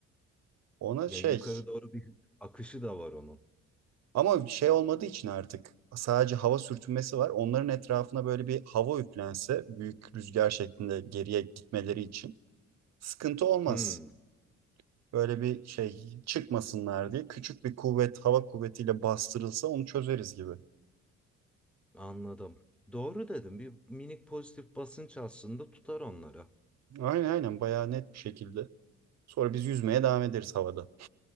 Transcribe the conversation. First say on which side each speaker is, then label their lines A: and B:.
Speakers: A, on the right; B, in the centre.
A: Ona
B: Yani
A: şey
B: yukarı doğru bir akışı da var onun.
A: ama şey olmadığı için artık sadece hava sürtünmesi var. Onların etrafına böyle bir hava üflense büyük rüzgar şeklinde geriye gitmeleri için sıkıntı olmaz.
B: Hmm,
A: böyle bir şey çıkmasınlar diye küçük bir kuvvet hava kuvvetiyle bastırılsa onu çözeriz gibi.
B: anladım. Doğru dedim. Bir minik pozitif basınç aslında tutar onları.
A: Aynen aynen bayağı net bir şekilde. Sonra biz yüzmeye devam ederiz havada.